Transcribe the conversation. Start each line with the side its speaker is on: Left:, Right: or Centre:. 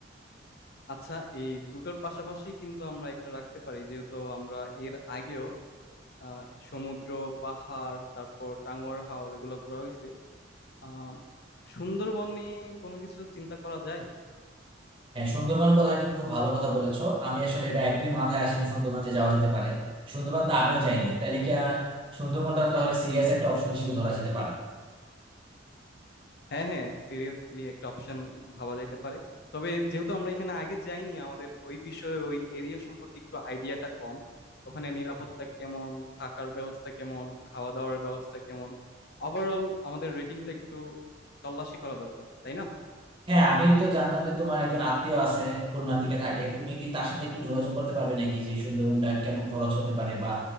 Left: আচ্ছা এই দুটোর পাশাপাশি কিন্তু আমরা একটা রাখতে পারি যেহেতু আমরা এর আগেও আহ, সমুদ্র পাহাড় তারপর টাঙ্গুয়ার হাওর এগুলো ঘোরা হয়েছে আহ সুন্দরবন নিয়ে কোনো কিছু চিন্তা করা যায়
Right: হ্যাঁ সুন্দরবনের কথা তুমি খুব ভালো কথা বলেছো আমি আসলে এটা একদমই মাথায় আসেনি সুন্দরবন যে যাওয়া যেতে পারে সুন্দরবন তো আমিও যাইনি তাহলে কি আহ, সুন্দরবনটা তাহলে সিরিয়াস একটা অপশন হিসেবে ধরা যেতে পারে
Left: হ্যাঁ হ্যাঁ সিরিয়াসলি একটা অপশন ভাবা যাইতে পারে তবে যেহেতু আমরা এখানে আগে যাইনি আমাদের ওই বিষয়ে ওই এরিয়া সম্পর্কে একটু আইডিয়াটা কম ওখানে নিরাপত্তা কেমন থাকার ব্যবস্থা কেমন খাওয়া দাওয়ার ব্যবস্থা কেমন ওভারঅল আমাদের রেটিংটা একটু তল্লাশি করা দরকার তাই না
Right: হ্যাঁ আমি তো জানতাম যে তোমার একজন আত্মীয় আছে খুলনার দিকে থাকে তুমি কি তার সাথে একটু যোগাযোগ করতে পারবে নাকি যে এই সুন্দরবনটা কেমন খরচ হতে পারে বা